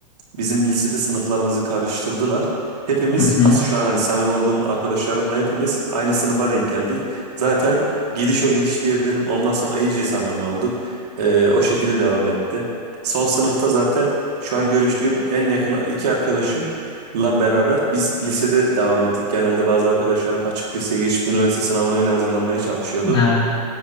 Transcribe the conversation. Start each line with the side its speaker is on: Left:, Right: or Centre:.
Right: Bizim lisede sınıflarımızı karıştırdılar. Hepimiz
Left: Hı hı.
Right: aslında şu an hani samimi olduğum arkadaşlarımla hepimiz aynı sınıfa denk geldik. Zaten gidiş o gidiş diyebilirim. Ondan sonra iyice samimi olduk. Ee, o şekilde devam etti. Son sınıfta zaten şu an görüştüğüm en yakın iki arkadaşımla beraber biz lisede devam ettik. Genelde bazı arkadaşlarım açık liseye geçip üniversite sınavına öyle hazırlanmaya çalışıyordu.
Left: Evet.